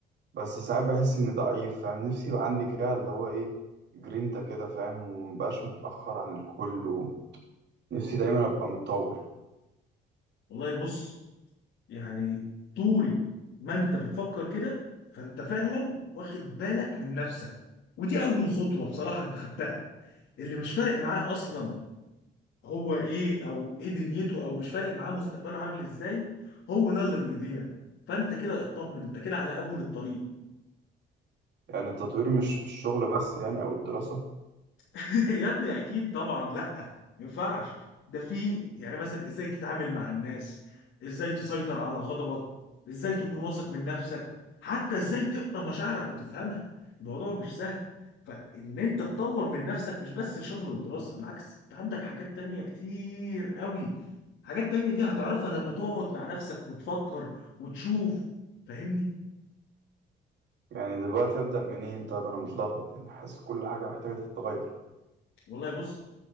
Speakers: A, on the right; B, on the left.
A: بس ساعات بحس اني ضعيف فاهم نفسي يبقى عندي كده اللي هو ايه جرينتا كده فاهم ومبقاش متأخر عن الكل ونفسي دايما ابقى متطور
B: والله بص يعني طول ما انت بتفكر كده فانت فعلا واخد بالك من نفسك ودي اول خطوه بصراحه انت خدتها اللي مش فارق معاه اصلا هو ايه او ايه دنيته او مش فارق معاه مستقبله عامل ازاي هو ده اللي بيضيع فانت كده اطمن انت كده على اول الطريق
A: يعني التطوير مش في الشغل بس يعني او الدراسة
B: <laughs> يا ابني اكيد طبعا لا ما ينفعش ده في يعني مثلا ازاي تتعامل مع الناس ازاي تسيطر على غضبك ازاي تكون واثق من نفسك حتى ازاي تقرا مشاعرك وتفهمها الموضوع مش سهل فان انت تطور من نفسك مش بس شغل ودراسة بالعكس انت عندك حاجات تانية كتير قوي حاجات تانية دي هتعرفها لما تقعد مع نفسك وتفكر وتشوف فاهمني
A: يعني دلوقتي ابدأ منين طيب انا متلخبط يعني حاسس كل حاجة محتاجة تتغير
B: والله بص